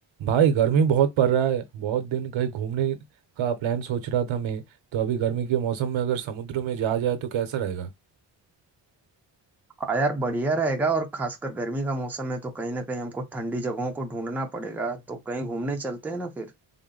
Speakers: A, on the right; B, in the centre.
A: भाई गर्मी बहुत पड़ रहा है बहुत दिन कहीं घूमने का प्लान सोच रहा था मैं तो अभी गर्मी के मौसम में अगर समुद्र में जा जाए तो कैसा रहेगा
B: हाँ यार बढ़िया रहेगा और खासकर गर्मी का मौसम है तो कहीं ना कहीं हमको ठंडी जगहों को ढूंढना पड़ेगा तो कहीं घूमने चलते हैं ना फिर